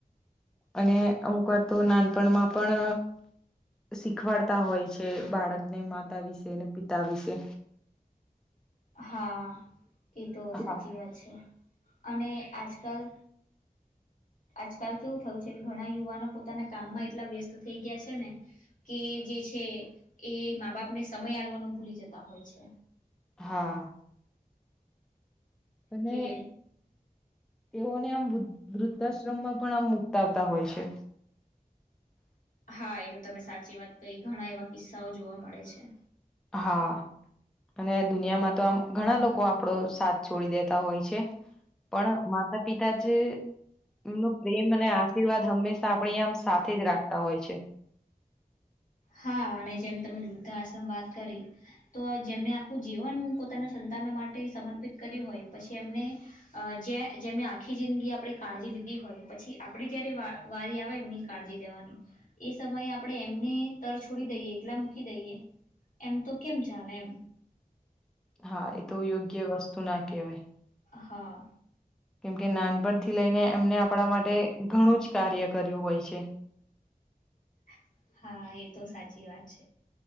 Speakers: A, in the centre; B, on the left.
A: અને અમુક વા તો નાનપણમાં પણ શીખવાડતા હોય છે. બાળકને માતા વિશે ને પિતા વિશે.
B: હા એ તો
A: હા
B: સાચી વાત છે. અને આજકાલ આજકાલ કેવું થયું છે. કે ઘણા યુવાનો પોતાના કામમાં એટલા વ્યસ્ત થઈ ગયા છે. ને કે જે છે. એ મા બાપ ને સમયાલવાનો ભૂલી જતા હોય છે.
A: હા. અને
B: કે
A: તેઓને આમ વૃદ્ધ વૃદ્ધાશ્રમમાં પણ આમ મુક્તવતા હોય છે
B: હા એ તો તમે સાચી વાત કહી ઘણા એવા કિસ્સાઓ જોવા મળે છે
A: હા અને દુનિયામાં તો આમ ઘણા લોકો આપડો સાથ છોડી દેતા હોય છે પણ માતા પિતા જે એમનો પ્રેમ અને આશીર્વાદ હંમેશા આપણીમ સાથે જ રાખતા હોય છે
B: હા અને જેમ તમે વૃદ્ધા આશ્રમ વાત કરી તો જેમને આખું જીવન પોતાના સંતા માટે સમર્પિત કર્યું હોય પછી એમને અ જે જેમને આખી જિંદગી આપણી કાળજી લીધી હોય પછી આપે જયારે વવારી આવે એમની કાળજી લેવાની એ સમયે આપણે એમને તર છોડી દઈએ એકલા મૂકી દઈએ એમ તો કેમ ચાલે એમ
A: હા એ તો યોગ્ય વસ્તુ ના કહેવાય
B: હા
A: કેમકે નાનપણથી લઈને એમને આપણા માટે ઘણું જ કાર્ય કર્યું હોય છે
B: અ <inaudible> હા એતો સાચી વાત છે